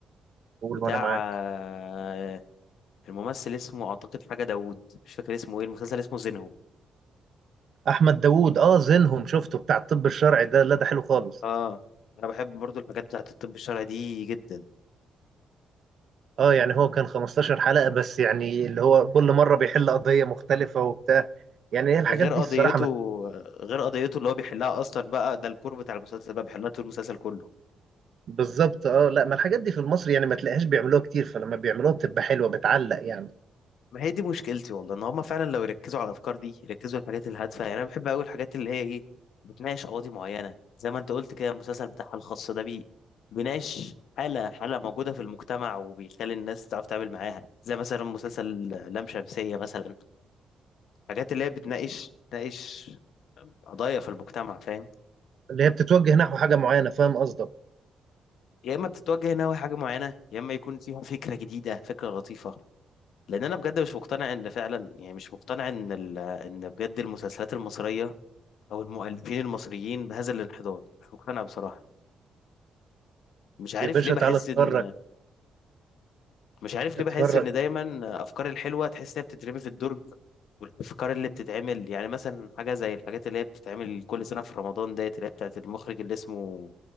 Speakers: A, on the right (about 55°); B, on the left (about 75°).
A: قول
B: بتاع
A: وانا معاك
B: آه، الممثل اسمه أعتقد حاجة داوود مش فاكر اسمه إيه المسلسل اسمه زينهم
A: احمد داوود اه زينهم شفته بتاع الطب الشرعي ده لا ده حلو خالص
B: اه انا بحب برضو الحاجات بتاعت الطب الشرعي دي جدا
A: اه يعني هو كان 15 حلقه بس يعني اللي هو كل مره بيحل قضيه مختلفه وبتاع يعني هي الحاجات
B: غير
A: دي
B: قضيته
A: الصراحه ما
B: غير قضيته اللي هو بيحلها اصلا بقى ده الكور بتاع المسلسل بقى بيحلها طول المسلسل كله
A: بالظبط اه لا ما الحاجات دي في المصري يعني ما تلاقيهاش بيعملوها كتير فلما بيعملوها بتبقى حلوه بتعلق يعني
B: ما هي دي مشكلتي والله ان هما فعلا لو يركزوا على الافكار دي يركزوا على الحاجات الهادفه يعني انا بحب قوي الحاجات اللي هي ايه بتناقش قواضي معينه زي ما انت قلت كده المسلسل بتاعها الخاص ده بي بيناقش حاله حاله موجوده في المجتمع وبيخلي الناس تعرف تتعامل معاها زي مثلا مسلسل لام شمسيه مثلا الحاجات اللي هي بتناقش بتناقش قضايا في المجتمع فاهم
A: اللي هي بتتوجه نحو حاجه معينه فاهم قصدك
B: يا اما بتتوجه ناوي حاجه معينه يا اما يكون فيها فكره جديده فكره لطيفه لان انا بجد مش مقتنع ان فعلا يعني مش مقتنع ان ال... ان بجد المسلسلات المصريه او المؤلفين المصريين بهذا الانحدار مش مقتنع بصراحه مش عارف
A: يا باشا
B: ليه بحس
A: تعالى اتفرج
B: ان مش عارف ليه
A: اتفرج
B: بحس ان دايما افكار الحلوه تحس انها بتترمي في الدرج والافكار اللي بتتعمل يعني مثلا حاجه زي الحاجات اللي هي بتتعمل كل سنه في رمضان ديت اللي هي بتاعت المخرج اللي اسمه